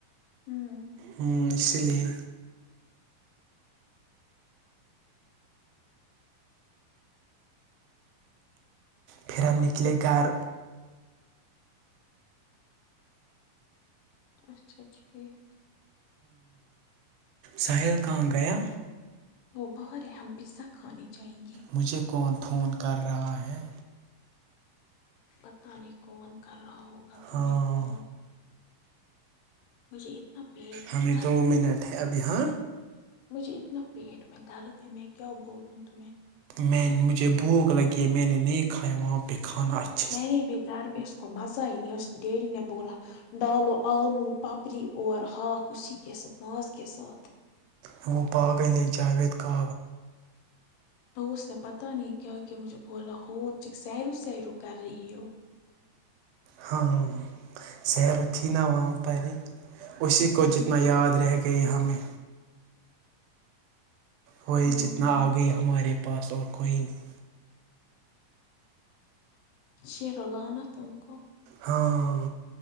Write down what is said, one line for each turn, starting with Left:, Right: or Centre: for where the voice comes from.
Left: ھمم
Right: ہوں اسی لیے پھر ہم نکلے گھر
Left: اچھا ٹھیک
Right: ساحل کہاں گیا
Left: وہ باہر ہم پزا کھانے جائیں گے
Right: مجھے کون فون کر رہا ہے
Left: پتا نہیں کون کر رہا ہوگا ت
Right: ہاں
Left: کال مجھے اتنا پیٹ
Right: ہمیں
Left: میں درد
Right: دو منٹ ہے ابھی ہاں
Left: مجھے اتنا پیٹ میں درد ہے میں کیا بولوں تمہیں
Right: میں مجھے بھوک لگی میں نے نہیں کھایا وہاں پہ کھانا اچھا
Left: میں نے بھی گھر میں اس کو مزہ ہی نہیں اس ڈیڈی نے بولا ڈالو آلو پپری اور ہااک اسی کے ساتھ مااز کے ساتھ
Right: ہم پاغ ل جاوید کہ
Left: اس نے پتا نہیں کیا کیا مجھے بولا ہو سیرو سیرو کر رہی ہو
Right: ہاں سیر تھی نا وہاں پ اس کو
Left: ہوں
Right: جتنا یاد رہ گئی ہمیں ہوئی
Left: ہوں،
Right: جتنا آ گئی ہمارے پاس اور کوئی نہیں
Left: شرعلانت ان کو
Right: ہاں